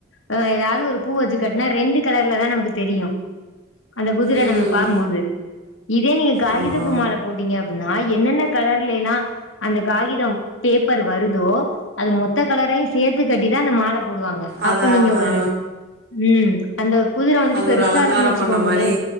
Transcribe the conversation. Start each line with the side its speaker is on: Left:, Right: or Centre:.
Left: ஆ ஏதாது பூ வச்சுக்கட்னா ரெண்டு கலர்ல தா நமக்கு தெரியு அந்த குதிர
Right: ம்
Left: நம்ம பாக்கும்போது இதே நீங்க காகித
Right: ஆமா
Left: பூ மால போட்டீங் அப்பனா என்னென்ன கலர்ல எல்லா அந்த காகிதம் பேப்பர் வருதோ அது மொத்த கலரயு சேத்து கட்டிதா அந்த மால போடுவாங்க
Right: அதா
Left: அப்ப நீங்க
Right: ஆ
Left: ஒரு ம் அந்த குதிர வந்துட்டு
Right: அது
Left: பெருசாருக்குன்னு
Right: ஒரு அலங்காரம்
Left: வச்சுக்கோங்களே
Right: பண்ண மாரி